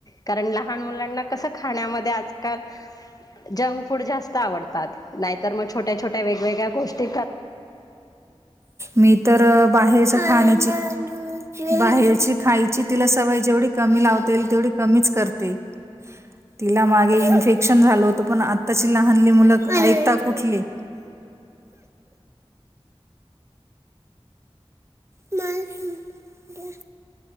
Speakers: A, on the left; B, on the right.
A: कारण लहान मुलांना कसं खाण्यामध्ये आजकाल जंक फूड जास्त आवडतात नाहीतर मग छोट्या-छोट्या वेगवेगळ्या गोष्टी
B: मी तर बाहेरच खाण्याची बाहेरची खायची तिला सवय जेवढी कमी लावता येईल तेवढी कमीच करते. तिला मागे इन्फेक्शन झाल होतं पण आत्ताची लहानली मुलं ऐकता कुठली.
A: <inaudible>
B: मला दूध द्या.